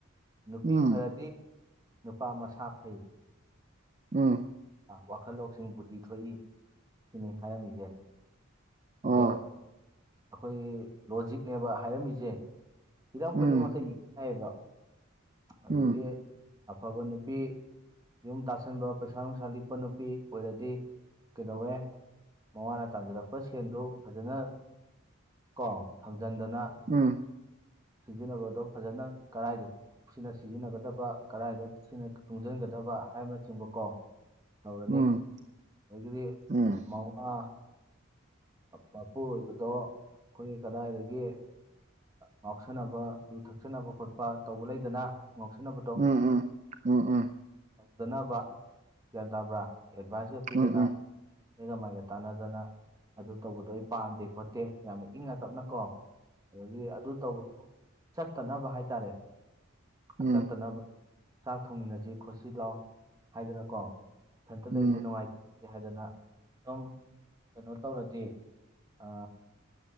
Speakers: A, on the right; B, on the right.
A: ꯅꯨꯄꯤ
B: ꯎꯝ
A: ꯐꯔꯗꯤ ꯅꯨꯄꯥ ꯃꯁꯥ ꯐꯩ
B: ꯎꯝ
A: ꯋꯥꯈꯜ ꯂꯧꯁꯤꯡ ꯕꯨꯗꯤꯤ ꯊꯣꯛꯏ ꯁꯤꯅꯤ ꯍꯥꯏꯔꯝꯃꯤꯁꯦ
B: ꯑꯥ
A: ꯑꯗꯣ ꯑꯩꯈꯣꯏꯒꯤ ꯂꯣꯖꯤꯛꯅꯦꯕ ꯍꯥꯏꯔꯝꯃꯤꯁꯦ ꯍꯤꯔꯝ
B: ꯎꯝ
A: ꯈꯨꯗꯤꯡꯃꯛꯇ ꯌꯦꯡꯉꯏꯑꯕ ꯑꯗꯨꯗꯒꯤ
B: ꯎꯝ
A: ꯑꯐꯕ ꯅꯨꯄꯤ ꯌꯨꯝ ꯇꯥꯁꯟꯕ ꯄꯩꯁꯥ ꯅꯨꯡꯁꯥ ꯂꯤꯛꯄ ꯅꯨꯄꯤ ꯑꯣꯏꯔꯗꯤ ꯀꯩꯗꯧꯋꯦ ꯃꯃꯥꯅ ꯇꯥꯟꯁꯤꯜꯂꯛꯄ ꯁꯦꯟꯗꯨ ꯐꯖꯅ ꯀꯣ ꯊꯝꯖꯤꯟꯗꯅ
B: ꯎꯝ
A: ꯁꯤꯖꯤꯟꯅꯕꯗꯣ ꯐꯖꯅ ꯀꯔꯥꯏꯗ ꯁꯤꯅ ꯁꯤꯖꯤꯟꯅꯒꯗꯕ ꯀꯗꯥꯏꯗ ꯁꯤꯅ ꯇꯨꯡꯁꯤꯟꯒꯗꯕ ꯍꯥꯏꯕꯅꯆꯤꯡꯕ ꯀꯣ ꯍꯧꯧꯔꯅꯤ
B: ꯎꯝ
A: ꯑꯗꯒꯤꯗꯤ
B: ꯎꯝ
A: ꯃꯃꯥ ꯃꯄꯨꯔ ꯑꯣꯏꯕꯗꯣ ꯑꯩꯈꯣꯏꯒꯤ ꯀꯗꯥꯏꯗꯒꯤ ꯉꯥꯎꯁꯟꯅꯕ ꯌꯨ ꯊꯛꯆꯕ ꯈꯣꯠꯄ ꯇꯧꯕ ꯂꯩꯗꯅ ꯉꯥꯎꯁꯟꯅꯕ ꯇ
B: ꯎꯝ ꯎꯝ ꯎꯝ ꯎꯝ
A: ꯇꯧꯗꯅꯕ ꯒ꯭ꯌꯥꯟ ꯇꯥꯕ꯭ꯔꯥ ꯑꯦꯗꯚꯥꯏꯁ ꯇꯞꯄꯤꯗꯅ
B: ꯎꯝ ꯎꯝ
A: ꯍꯒ ꯃꯥꯏꯒ ꯇꯥꯟꯅꯗꯅ ꯑꯗꯨ ꯇꯧꯕꯗꯣ ꯑꯩ ꯄꯥꯝꯗꯦ ꯈꯣꯠꯇꯦ ꯌꯥꯝꯅ ꯏꯪꯅ ꯇꯞꯅ ꯀꯣ ꯑꯗꯨꯗꯒꯤ ꯑꯗꯨ ꯇꯧꯕꯗ ꯆꯠꯇꯅꯕ ꯍꯥꯏ ꯇꯔꯦ
B: ꯎꯝ
A: ꯆꯠꯇꯅꯕ ꯆꯥꯛ ꯊꯣꯡꯃꯤꯟꯅꯁꯤ ꯈꯣꯠꯁꯤ ꯂꯥꯎ ꯍꯥꯏꯗꯅꯀꯣ ꯁꯦꯟꯇ
B: ꯎꯝ
A: ꯂꯩꯕꯁꯦ
B: ꯎꯝ
A: ꯅꯨꯡꯉꯥꯏ ꯀꯦ ꯍꯥꯏꯗꯅ ꯁꯨꯝ ꯀꯩꯅꯣ ꯇꯧꯔꯗꯤ ꯑ